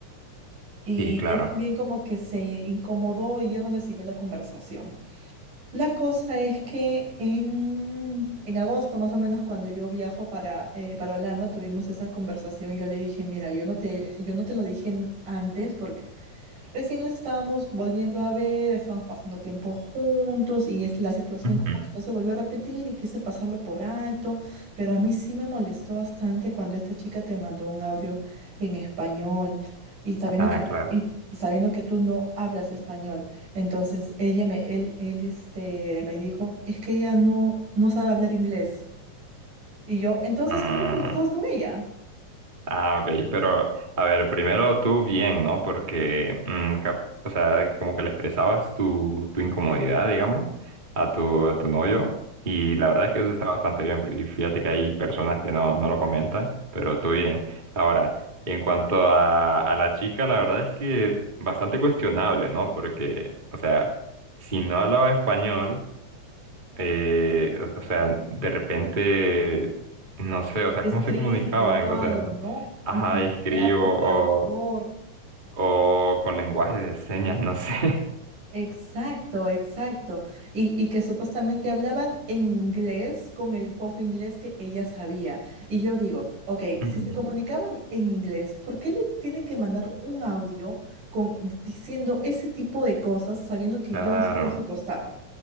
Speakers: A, on the right; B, on the right.
A: Y
B: Sí, claro.
A: él también como que se incomodó y ya no le siguió la conversación. La cosa es que en, en agosto, más o menos, cuando yo viajo para, eh, para Holanda, tuvimos esa conversación y yo le dije, mira, yo no te, yo no te lo dije n- antes porque Recién nos estábamos volviendo a ver, estábamos pasando tiempo juntos y es la situación
B: Ujú.
A: como que no se volvió a repetir y quise pasarlo por alto, pero a mí sí me molestó bastante cuando esta chica te mandó un audio en español y sabiendo
B: Ah,
A: que tú,
B: claro.
A: y sabiendo que tú no hablas español. Entonces ella me, él, él este, me dijo, es que ella no, no sabe hablar inglés. Y yo, entonces,
B: Ah.
A: ¿cómo conversabas con ella?
B: Ah, ok, pero a ver, primero tú bien, ¿no? Porque, mm, cap- o sea, como que le expresabas tu, tu incomodidad, digamos, a tu, a tu novio, y la verdad es que eso está bastante bien, porque fíjate que hay personas que no, no lo comentan, pero tú bien. Ahora, en cuanto a, a la chica, la verdad es que bastante cuestionable, ¿no? Porque, o sea, si no hablaba español eh, o o sea, de repente, no sé, o sea,
A: Escribo
B: ¿cómo se comunicaban?
A: algo,
B: O sea,
A: ¿no?
B: ajá,
A: Aunque aunque
B: escribo
A: sea por traductor.
B: o, o con lenguaje de señas, no sé. <laughs>
A: Exacto, exacto. Y, y que supuestamente hablaban en inglés con el poco inglés que ella sabía. Y yo digo, ok,
B: Mm.
A: si se comunicaban en inglés, ¿por qué le tiene que mandar un audio con, diciendo ese tipo de cosas sabiendo que
B: Claro,
A: yo estoy en su costado?